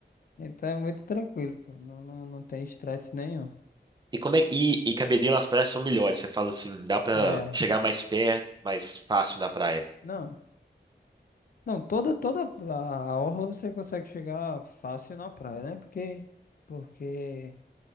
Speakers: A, on the left; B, on the right.
A: Então é muito tranquilo, pô. Não, não, não tem estresse nenhum.
B: E como é e, e Cabedelo as praias são melhores. Você fala assim, dá pra
A: É.
B: chegar mais perto, mais fácil na praia.
A: Não. Não, toda, toda a a orla você consegue chegar fácil na praia, né? Porque. Porque.